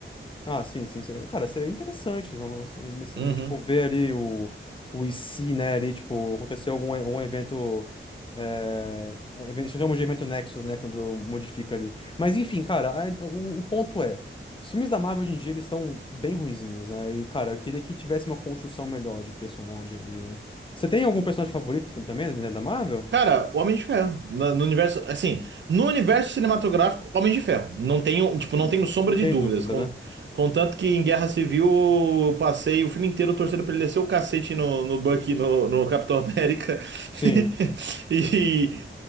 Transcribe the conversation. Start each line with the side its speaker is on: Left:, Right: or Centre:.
Left: Ah, sim, sim. sim. Cara, seria interessante, né? Vamos, vamos, assim,
Right: Uhum.
Left: tipo, ver ali o, o IC, né? Ali, tipo, aconteceu algum e- um evento. É, even- chamamos de evento Nexus, né? Quando modifica ali. Mas enfim, cara, a- o, o ponto é: os filmes da Marvel hoje em dia eles estão bem ruinzinhos, né? E, cara, eu queria que tivesse uma construção melhor de personagem ali, né? Você tem algum personagem favorito tam- também, né, da Marvel?
Right: Cara, Homem de Ferro. No, no universo, assim, no universo cinematográfico, Homem de Ferro. Não tenho, tipo,
Left: Hum.
Right: não tenho sombra
Left: Não tem
Right: de dúvidas.
Left: dúvida,
Right: Con-
Left: né?
Right: Contanto que em Guerra Civil eu passei o filme inteiro torcendo pra ele descer o cacete no, no Bucky, no, no Capitão América.
Left: Sim,
Right: <laughs> E,